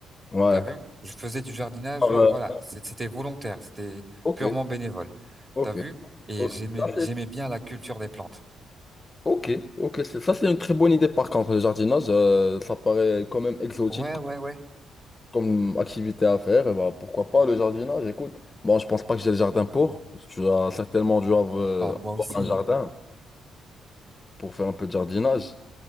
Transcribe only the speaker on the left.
Ouais.
Euh,
Ok.
Ok.
Ok.
Ça,
c'est-
Ok. ok. C'est- Ça, c'est une très bonne idée. Par contre, le jardinage, euh, ça paraît quand même exotique
comme activité à faire. Et bah, pourquoi pas le jardinage? Écoute, bon, je pense pas que j'ai le jardin pour. Tu as certainement dû avoir euh,
avoir un jardin pour faire un peu de jardinage.